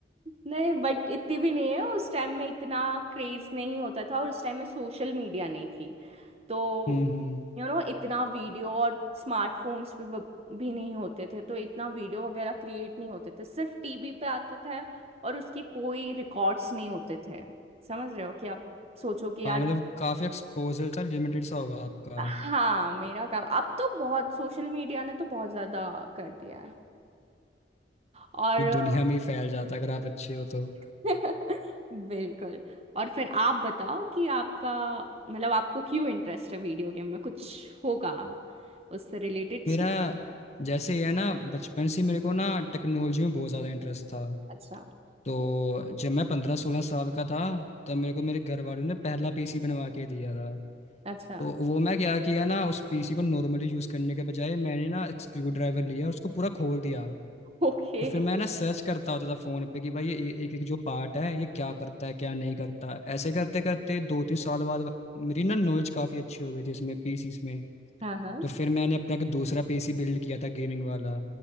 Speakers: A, on the right (about 35°); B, on the left (about 40°).
A: नहीं बट इतनी भी नहीं है उस टाइम में इतना क्रेज नहीं होता था और उस टाइम में सोशल मीडिया नहीं थी तो
B: हम्म हम्म
A: यू नो इतना वीडियो और स्मार्टफोन्स भी, भी नहीं होते थे तो इतना वीडियो वगैरह क्रिएट नहीं होते थे सिर्फ टीवी पे आते थे और उसकी कोई रिकॉर्ड्स नहीं होते थे समझ रहे हो कि आप सोचो कि यार
B: हाँ मतलब काफी एक्सपोजर सा लिमिटेड सा होगा आपका
A: हाँ मेरा काम अब तो बहुत सोशल मीडिया ने तो बहुत ज्यादा कर दिया है और
B: पूरी दुनिया में ही फैल जाता है अगर आप अच्छे हो तो
A: <laughs> बिल्कुल और फिर आप बताओ कि आपका मतलब आपको क्यों इंटरेस्ट है वीडियो गेम में कुछ होगा उससे रिलेटेड स्टोरी
B: मेरा जैसे ये है ना बचपन से ही मेरे को ना टेक्नोलॉजी में बहुत ज़्यादा इंटरेस्ट था
A: अच्छा
B: तो जब मैं पंद्रह सोलह साल का था तब मेरे को मेरे घर वालों ने पहला पीसी बनवा के दिया था
A: अच्छा
B: तो वो मैं क्या किया ना उस पीसी को नॉर्मली यूज़ करने के बजाय मैंने ना एक स्क्रू ड्राइवर लिया और उसको पूरा खोल दिया और
A: ओके
B: फिर मैं ना सर्च करता होता था फ़ोन पे कि भाई ये एक एक जो पार्ट है ये क्या करता है क्या नहीं करता ऐसे करते करते दो तीन साल बाद मेरी ना नॉलेज काफ़ी अच्छी हो गई थी इसमें पीसीस में
A: हाँ हाँ
B: तो फिर मैंने अपना एक दूसरा पीसी बिल्ड किया था गेमिंग वाला